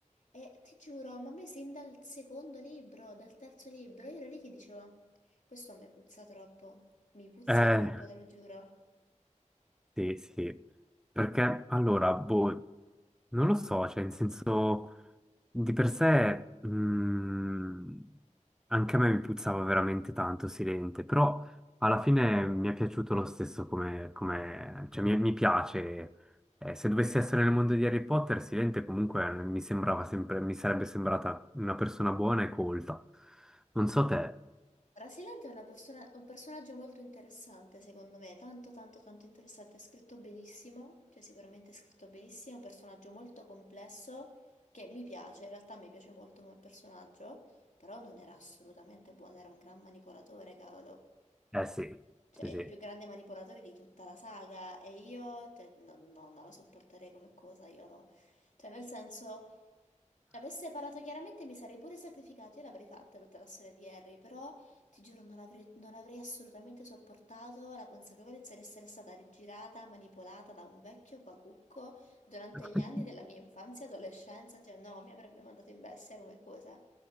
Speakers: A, on the left (about 75°); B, in the centre.
A: e ti giuro, ma a me sin dal secondo libro, dal terzo libro, io ero lì che dicevo, questo a me puzza troppo, mi puzza
B: Eh.
A: troppo, te lo giuro.
B: Sì, sì, perché allora, boh, non lo so, cioè, in senso, di per sé, mh, anche a me mi puzzava veramente tanto Silente, però alla fine mi è piaciuto lo stesso come, come- cioè, mi, mi piace. Eh, se dovessi essere nel mondo di Harry Potter, Silente comunque mi sembrava sempre, mi sarebbe sembrata una persona buona e colta. Non so te,
A: Ora, Silente è una persona- un personaggio molto interessante, secondo me, tanto tanto tanto interessante, è scritto benissimo, cioè sicuramente è scritto benissimo, è un personaggio molto complesso che mi piace, in realtà mi piace molto come personaggio, però non era assolutamente buono, era un gran manipolatore, cavolo.
B: eh sì,
A: Cioè,
B: sì,
A: è il
B: sì,
A: più grande manipolatore di tutta la saga e io, cioè, no, no, non la sopporterei come cosa, io... Cioè, nel senso... Avesse parlato chiaramente mi sarei pure sacrificato, io l'avrei fatta tutta la storia di Harry, però ti giuro non avrei, non avrei assolutamente sopportato la consapevolezza di essere stata rigirata, manipolata da un vecchio bacucco durante
B: <laughs>
A: gli anni della mia infanzia e adolescenza, cioè no, mi avrebbe mandato in bestia come cosa.